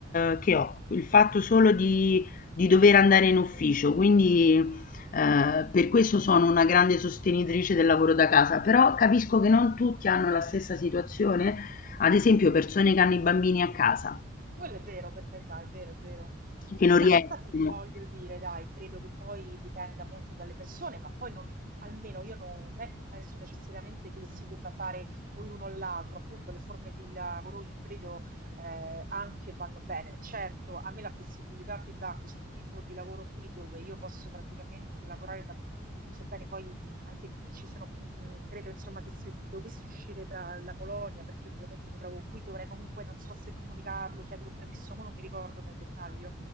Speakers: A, on the left; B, on the right.
A: eh, che ho, il fatto solo di, di dover andare in ufficio. Quindi, eh, per questo sono una grande sostenitrice del lavoro da casa, però capisco che non tutti hanno la stessa situazione, ad esempio persone che hanno i bambini a casa,
B: quello è vero, per carità, è vero, è vero.
A: che non
B: Ma
A: riescono.
B: infatti voglio dire, dai, credo che poi dipenda molto dalle persone, ma poi non, almeno io non è che penso necessariamente che si debba fare o l'uno o l'altro, appunto le forme di lavoro ibrido eh, anche vanno bene. Certo, a me la flessibilità che dà questo tipo di lavoro qui, dove io posso praticamente lavorare dappertutto, sebbene poi Anche qui ci sono, mhmm, credo insomma che se dovessi uscire dalla Polonia, perché io attualmente mi trovo qui, dovrei comunque, non so se comunicarlo, chiedere un permesso, mo non mi ricordo nel dettaglio.